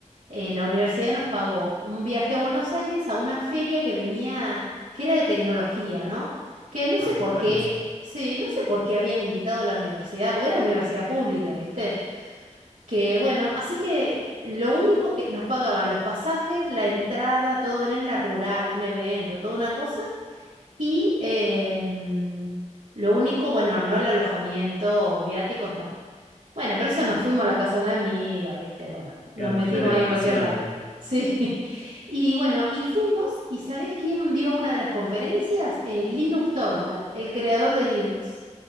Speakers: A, on the right; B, on the left.
A: eh, la universidad nos pagó un viaje a Buenos Aires a una feria que venía, que era de tecnología, ¿no? Que no sé
B: Ah,
A: por
B: qué bueno
A: qué,
B: eso.
A: sí, no sé por qué habían invitado a la universidad, porque era universidad pública, ¿viste? Que bueno, así que lo único que nos pagaban los pasajes, la entrada, todo era en la rural, un evento, toda una cosa. Y em, lo único, bueno, no el alojamiento, viáticos, no. Bueno, por eso nos fuimos a la casa de una amiga, ¿viste? Bueno, nos
B: Claro,
A: metimos
B: ya era demasiado,
A: ahí en cualquier lado.
B: digamos.
A: Sí. <laughs> Y bueno, y fuimos, ¿y sabés quién dio una de las conferencias? Eh, Linus Torvald, el creador de Linux.